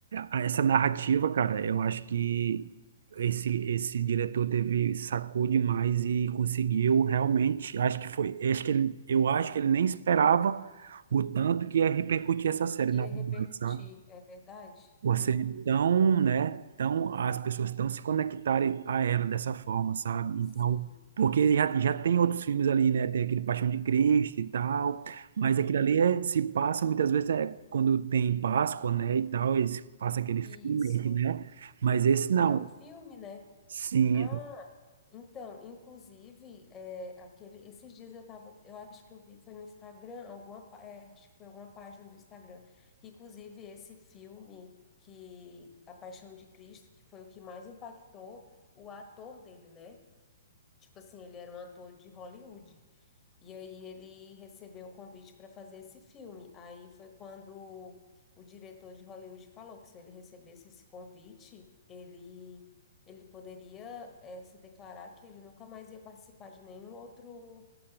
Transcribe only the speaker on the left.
Ia
repercutir,
é verdade?
Uhum.
Sim.
Aham.
Isso.
E é um filme, né?
Ah, Então, inclusive, é, aquele, esses dias eu tava, eu acho que eu vi, foi no Instagram, alguma, pá- é, acho que foi alguma página do Instagram, que inclusive esse filme, que A Paixão de Cristo, que foi o que mais impactou o ator dele, né? Tipo assim, ele era um ator de Hollywood. E aí ele recebeu o convite para fazer esse filme. Aí foi quando o diretor de Hollywood falou que se ele recebesse esse convite, ele ele poderia eh, se declarar que ele nunca mais ia participar de nenhum outro